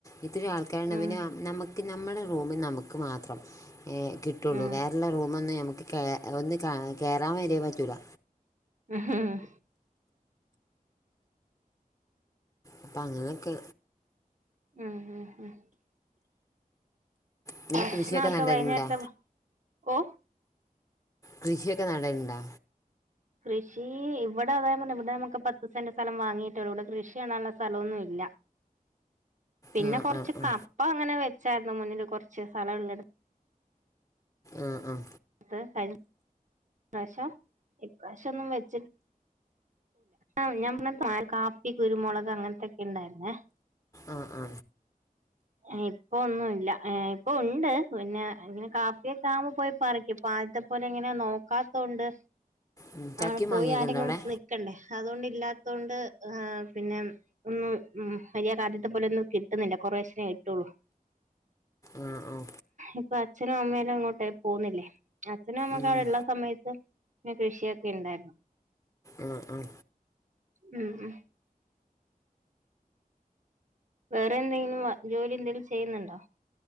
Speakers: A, on the left (about 20°); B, on the right (about 55°).
A: ഇത്തൊരു ആൾക്കാരുണ്ട്
B: ഉം
A: പിന്നെ നമുക്ക് നമ്മുടെ റൂമിൽ നമുക്ക് മാത്രം കിട്ടുള്ളൂ
B: ഉം
A: വേറെള്ള റൂമൊന്നും നമുക്ക് ഒന്ന് കയറാൻ വരേ പറ്റൂല്ല
B: ആഹ
A: അപ്പം അങ്ങനെയൊക്കെ
B: ഉം ഉം ഉം
A: ഇങ്ങനെ
B: ഭഷണം
A: കൃഷിയൊക്കെ
B: ഒക്കെ
A: നടലുണ്ടാ
B: വൈുന്നേരത്തെ ഓ
A: കൃഷിയൊക്കെ നടേണ്ടോ
B: കൃഷി ഇവിടെ അതായത് പറഞ്ഞ ഇവിടെ നമുക്ക് പത്ത് സെന്റ് സ്ഥം വാങ്ങിയിട്ടോ ഇവിടെ കൃഷിയാണല്ല സ്ഥലമൊന്നുമ ഇല്ല പിന്നെ
A: ആ
B: കുറച്ച്
A: ആ ആ
B: കപ്പ അങ്ങനെ വെച്ചായിരുന്നു മുന്നില് കുറച്ച് സ്ഥലംള്ളടു
A: ആഹ ആഹ
B: <inaudible> ഇപ്രാവശ്യം ഇപ്രാവശം ഒന്നും വെച്ചിട്ട് ആ ഞാൻ പി കാപ്പി കുരുമുളക് അങ്ങനത്തൊക്കെ ഉണ്ടായിുന്നേ
A: ആ ആ
B: <inaudible> ഇപ്പൊ ഒന്നുംല്ല ഇപ്പൊ ഉണ്ട് പിന്നെ ഇങ്ങനെ കാപ്പിയക്ക ആുമ്പ പോയി പറക്കും ഇപ്പൊ ആദ്യത്തെ അപലെ എങ്ങനെ നോക്കാത്തണ്ട്
A: ഉം. ചക്കയും
B: ആണ് പോയി
A: മാങ്ങയൊക്കെ
B: ആരെങ്കിലും
A: ഉണ്ടോ അവിടെ
B: നിക്കണ്ടേ അതുകൊണ്ട ഇല്ലാത്ത കൊണ്ട് പിന്നെ ഒന്നും ഉ വലിയ ആദ്യത്തെ പോലെ ഒന്നും കിട്ടുന്നില്ല കൊറശശനേ കട്ടുള്ളു
A: ആ ഓ
B: ഇപ്പൊ അച്ഛനും അമ്മയല്ലും അങ്ങോട്ട് പോകുന്നില്ലേ അച്ഛനും അമ്മക്ക
A: ഉം.
B: അവിടെ ഉള്ള സമയത്ത് പിന്നെ കൃഷിയൊക്കെ ഉണ്ടായിരുന്നു
A: ആഹ ആഹ
B: ഉം ഉം വേറെ എന്തെങ്കിലും ജോലി എന്തെങ്കലും ചെയ്യുന്നുണ്ടോ